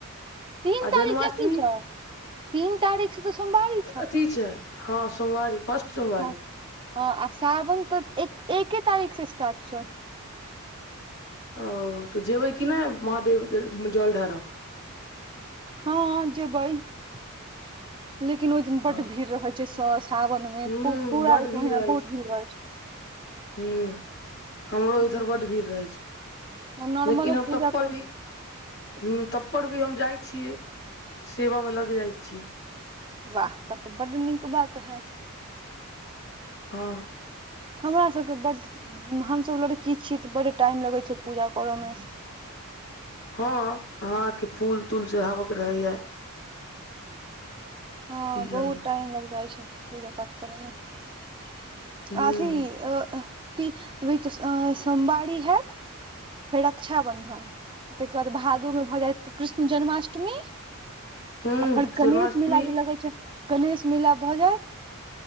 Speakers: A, on the right (about 20°); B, on the left (about 55°).
A: तीन
B: आ
A: तारीख
B: जन्माष्टमी
A: की छै <inaudible> तीन तारीख से तऽ सोमवारी
B: अथी छै हँ सोमवारी फर्स्ट सोमवारी
A: हँ ह आ सावन तऽ एक एके तारीख सऽ स्टार्ट छै
B: ओ तऽ जेबै कि नै महादेव केँ जल ढार
A: हँ जेबै <inaudible> लेकिन ओय दिन बड
B: हँ
A: भीड़ रहै सऽ सावन में
B: हूँ
A: पू पूरा
B: बड्ड
A: एक
B: भीड़
A: महीना
B: रहै
A: बहुत
B: छै
A: भीड़ रहै छै
B: <unintelligible> हमरो
A: हूँ
B: इधर बड भीड़ रहै छै <inaudible>
A: नॉर्मलो
B: लेकिन हम
A: पूजा
B: तब पर
A: करू
B: भी हूँ तब पर भी हम जाइ छीयै सेवामे लग जाइ छीयै
A: वाह तब तऽ बड नीक बात है
B: हँ
A: हमरा सब केँ बड हमसब लड़की छी तऽ बड़ टाइम लगे छै पूजा करऽ मे
B: ह अहाँकेँ फूल तूल चढ़ाव केँ रहैय
A: हँ
B: की
A: बहुत
B: करे
A: टाइम लागि जाइ छै पूजा पाठ करऽमे
B: हूँ
A: अथी ती <unintelligible> सोमवारी हैत फेर रक्षाबंधन ताहिके बाद भादोमे भऽ जायत कृष्ण जन्माष्टमी
B: हूँ
A: आ फेर
B: जन्माष्टमी
A: गणेश मेला जे लगै छै गणेश मेला भऽ जायत